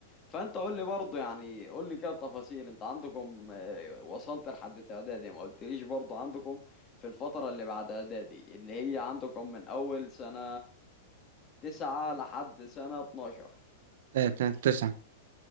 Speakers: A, on the left (about 30°); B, on the right (about 70°).
A: فأنت قول لي برضه يعني قول لي كده التفاصيل أنت عندكم ايوه وصلت لحد اعدادي ما قلتليش برضو عندكم في الفترة اللي بعد اعدادي اللي هي عندكم من اول سنة تسعة لحد سنة 12
B: ت- ت- تسعة